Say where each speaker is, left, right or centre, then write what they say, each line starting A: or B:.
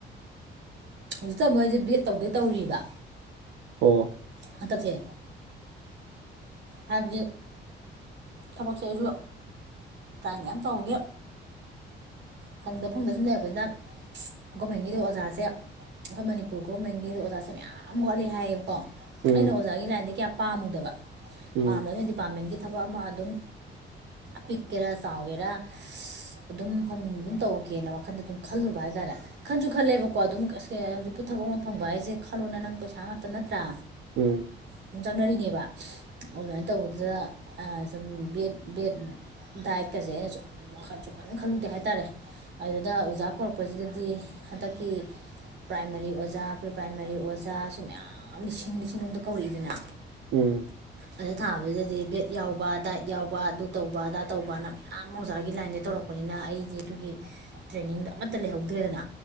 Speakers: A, on the right (about 60°); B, on the right (about 80°).
A: ꯍꯧꯖꯤꯛꯇ ꯑꯃꯨꯛ ꯑꯩꯖꯦ ꯕꯤꯑꯦꯠ ꯇꯧꯗꯣꯏ ꯇꯧꯔꯤꯕꯥ
B: ꯑꯣ
A: ꯍꯟꯇꯛꯁꯦ ꯍꯥꯏꯕꯗꯤ ꯊꯕꯛꯁꯦ ꯑꯩꯁꯨ ꯇ꯭ꯔꯥꯏ ꯃꯌꯥꯝ ꯇꯧꯕꯒꯤ ꯐꯪꯗ ꯐꯪꯗ ꯁꯨꯝ ꯂꯩꯔꯛꯄꯁꯤꯅ ꯒꯣꯔꯃꯦꯟꯒꯤꯗꯤ ꯑꯣꯖꯥꯁꯦ ꯑꯩꯈꯣꯏ ꯃꯅꯤꯄꯨꯔ ꯒꯣꯔꯃꯦꯟꯒꯤꯗꯤ ꯑꯣꯖꯥꯁꯦ ꯃꯌꯥꯝ ꯋꯥꯠꯂꯤ ꯍꯥꯏꯌꯦꯕꯀꯣ
B: ꯎꯝ
A: ꯑꯩꯅ ꯑꯣꯖꯥꯒꯤ ꯂꯥꯏꯟꯗꯤ ꯀꯌꯥ ꯄꯥꯝꯃꯨꯗꯕ
B: ꯎꯝ
A: ꯄꯥꯝꯗꯕꯗꯤ ꯗꯤꯄꯥꯔꯠꯃꯦꯟꯒꯤ ꯊꯕꯛ ꯑꯃ ꯑꯗꯨꯝ ꯄꯤꯛꯀꯦꯔꯥ ꯆꯥꯎꯒꯦꯔꯥ ꯑꯗꯨꯝ ꯐꯐꯝ ꯑꯗꯨꯝ ꯇꯧꯒꯦꯅ ꯋꯥꯈꯟꯗ ꯑꯗꯨꯝ ꯈꯜꯂꯨꯕ ꯍꯥꯏꯇꯥꯔꯦ ꯈꯟꯁꯨ ꯈꯜꯂꯦꯕꯀꯣ ꯑꯗꯨꯝ ꯍꯧꯖꯤꯛꯄꯨ ꯊꯕꯛ ꯑꯃ ꯐꯪꯕ ꯍꯥꯏꯁꯦ ꯈꯜꯂꯣꯅ ꯅꯪ ꯄꯩꯁꯥ ꯉꯥꯛꯇ ꯅꯠꯇ꯭ꯔꯥ
B: ꯎꯝ
A: ꯁꯨꯝ ꯆꯪꯅꯔꯤꯅꯦꯕꯥ ꯑꯣꯟꯂꯥꯏꯟ ꯇꯧꯕꯗꯨꯗ ꯗ ꯑ ꯁꯨꯝ ꯕꯦꯠ ꯕꯦꯠ ꯗꯥꯏꯠꯀꯖꯦ ꯑꯩꯅ ꯁꯨꯝ ꯋꯥꯈꯟꯁꯨꯝ ꯀꯟ ꯈꯜꯂꯨꯗꯦ ꯍꯥꯏꯇꯥꯔꯦ ꯑꯗꯨꯗ ꯑꯣꯖꯥ ꯀꯧꯔꯛꯄꯖꯤꯗꯗꯤ ꯍꯟꯇꯛꯀꯤ ꯄ꯭ꯔꯥꯏꯃꯥꯔꯤ ꯑꯣꯖꯥ ꯄ꯭ꯔꯤꯄ꯭ꯔꯥꯏꯃꯥꯔꯤ ꯑꯣꯖꯥ ꯁꯤ ꯃꯌꯥꯝ ꯂꯤꯁꯤꯡ ꯂꯤꯁꯤꯡꯂꯣꯝꯗ ꯀꯧꯔꯛꯏꯗꯅ
B: ꯎꯝ
A: ꯑꯗ ꯊꯥꯕꯖꯤꯗꯗꯤ ꯕꯦꯠ ꯌꯥꯎꯕ ꯗꯥꯏꯠ ꯌꯥꯎꯕ ꯑꯗꯨ ꯇꯧꯕ ꯑꯗꯥ ꯇꯧꯕ ꯑꯅ ꯃꯌꯥꯝ ꯑꯣꯖꯥꯒꯤ ꯂꯥꯏꯟꯗ ꯇꯧꯔꯛ ꯄꯄꯅꯤꯅ ꯑꯩꯗꯤ ꯑꯗꯨꯒꯤ ꯇ꯭ꯔꯦꯅꯤꯡꯗꯣ ꯑꯃꯠꯇ ꯂꯩꯍꯧꯗ꯭ꯔꯦꯗꯅ